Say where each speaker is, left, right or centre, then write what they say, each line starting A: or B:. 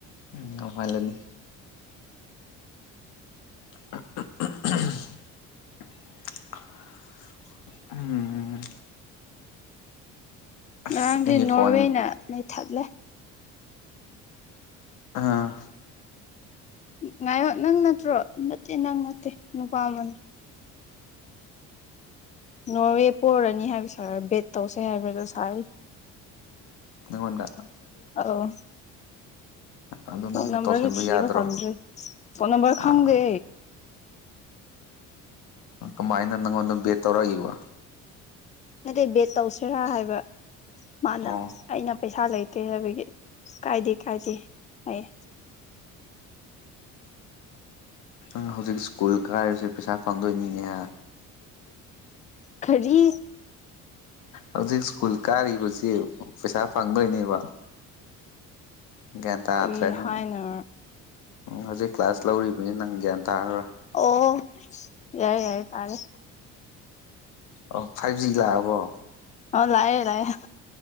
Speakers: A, on the left (about 75°); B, on the left (about 25°).
A: ꯎꯝ ꯉꯝꯍꯜꯂꯅꯤ <unintelligible> ꯎꯝ ꯑꯁ
B: ꯉꯔꯥꯡꯗꯤ
A: ꯑꯩꯒꯤ
B: ꯅꯣꯔꯋꯦꯅ
A: ꯐꯣꯟ
B: ꯅꯩꯊꯠꯂꯦ
A: ꯑꯥ
B: ꯉꯥꯏꯌꯣ ꯅꯪ ꯅꯠꯇ꯭ꯔꯣ ꯅꯠꯇꯦ ꯅꯪ ꯅꯠꯇꯦ ꯅꯨꯄꯥ ꯑꯃꯅꯤ ꯅꯣꯔꯋꯦ ꯄꯣꯔꯅꯤ ꯍꯥꯏꯕ ꯁꯥꯏ ꯕꯦꯠ ꯇꯧꯁꯦ ꯍꯥꯏꯕꯗ ꯁꯥꯏ
A: ꯅꯉꯣꯟꯗ
B: ꯑꯧ
A: ꯑꯗꯨ
B: ꯐꯣꯟ
A: ꯅꯪꯁꯨ
B: ꯅꯝꯕꯔꯁꯨ
A: ꯇꯧꯁꯤꯟꯕ
B: ꯊꯤꯕ
A: ꯌꯥꯗ꯭ꯔꯣ
B: ꯐꯪꯗ꯭ꯔꯦ ꯐꯣꯟ ꯅꯝꯕꯔ ꯈꯪꯗꯦ
A: ꯑꯥ ꯑ ꯀꯃꯥꯏꯅ ꯅꯪꯉꯣꯟꯗ ꯕꯦꯠ ꯇꯧꯔꯛꯏꯕ
B: ꯅꯠꯇꯩ ꯕꯦꯠ ꯇꯧꯁꯤꯔꯥ ꯍꯥꯏꯕ ꯃꯥꯅ
A: ꯑꯣ
B: ꯑꯩꯅ ꯄꯩꯁꯥ ꯂꯩꯇꯦ ꯍꯥꯏꯕꯒꯤ ꯀꯥꯏꯗꯦ ꯀꯥꯏꯗꯦ ꯍꯥꯏꯌꯦ
A: ꯅꯪ ꯍꯧꯖꯤꯛ ꯁ꯭ꯀꯨꯜ ꯀꯥꯔꯤꯁꯦ ꯄꯩꯁꯥ ꯐꯪꯗꯣꯏꯅꯤꯅꯦ ꯍꯥ
B: ꯀꯔꯤ
A: ꯍꯧꯖꯤꯛ ꯁ꯭ꯀꯨꯜ ꯀꯥꯔꯤꯕꯁꯤ ꯄꯩꯁꯥ ꯐꯪꯗꯣꯏꯅꯦꯕ ꯒ꯭ꯌꯥꯟ ꯇꯥꯗ꯭ꯔꯦ
B: ꯀꯔꯤ
A: ꯅꯪ
B: ꯍꯥꯏꯅꯣ
A: ꯍꯧꯖꯤꯛ ꯀ꯭ꯂꯥꯁ ꯂꯧꯔꯤꯕꯅꯤꯅ ꯅꯪ ꯒ꯭ꯌꯥꯟ ꯇꯥꯔꯔꯣꯏ
B: ꯑꯣ ꯌꯥꯔꯦ ꯌꯥꯔꯦ ꯇꯥꯔꯦ
A: ꯑꯣ ꯐꯥꯏꯚ ꯖꯤ ꯂꯥꯛꯑꯕꯣ
B: ꯑꯧ ꯂꯥꯛꯑꯦ ꯂꯥꯛꯑꯦ